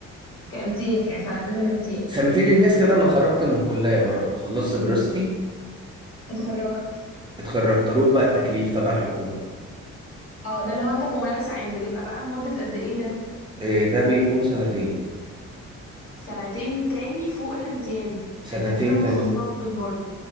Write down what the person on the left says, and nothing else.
كامتياز يعني سنتين الامتياز
اتخرجت
اه ده اللي هو انت ممارس عام بتبقى بقى لمدة قد ايه ده
سنتين تاني فوق الامتياز
انت كده ما
اتخصصتش برضه